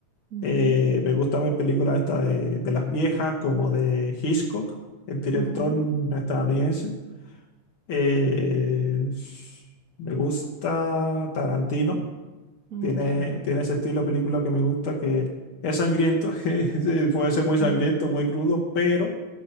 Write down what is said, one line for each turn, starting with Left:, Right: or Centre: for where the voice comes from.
Right: Ujú,
Left: Eh, me gusta ver películas estas de, de las viejas, como de Hitchcock, el director
Right: ujú,
Left: estadounidense. Eh, me gusta Tarantino.
Right: mm,
Left: Tiene,
Right: Ya.
Left: tiene ese estilo de película que me gusta, que es sangriento, <laughs> sí, puede ser muy
Right: Ujú,
Left: sangriento, muy crudo, pero